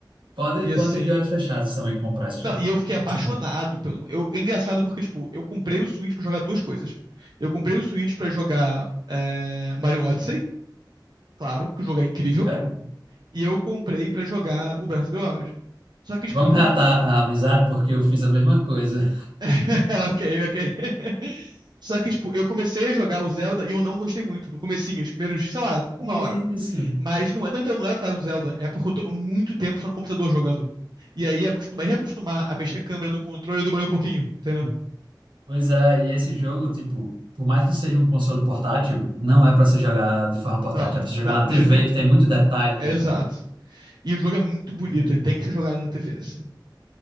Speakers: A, on the right; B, on the right.
A: Pode,
B: E
A: pode
B: assim.
A: ir de olhos fechados também comprar esse
B: Não,
A: jogo.
B: e eu fiquei apaixonado
A: Muito bom.
B: pelo. um. Eu, é engraçado porque, tipo, eu comprei o Switch pra jogar duas coisas. Eu comprei o Switch pra jogar é, Mario Odyssey, claro, que o jogo é incrível.
A: É.
B: E eu comprei pra jogar o Breath of the Wild. Só que, tipo.
A: Vamos reatar a amizade, porque eu fiz a mesma coisa.
B: <laughs> Ok, ok. <laughs> Só que, tipo, eu comecei a jogar o Zelda e eu não gostei muito. No comecinho, os primeiros, sei lá,
A: É
B: uma hora.
A: isso.
B: Mas não é, não, então não era por causa do Zelda, é porque eu tô muito tempo só no computador jogando. E aí acostumar, reacostumar a mexer a câmera no controle demorou um pouquinho, entendeu?
A: Pois é, e esse jogo, tipo, por mais que seja um console portátil, não é pra se jogar de forma portátil,
B: Não,
A: é pra se jogar
B: não,
A: na
B: de
A: TV,
B: jeito nenhum.
A: que tem muito detalhe,
B: É exato.
A: pô.
B: E o jogo é muito bonito,
A: Entendi.
B: ele tem que ser jogado na TV, assim.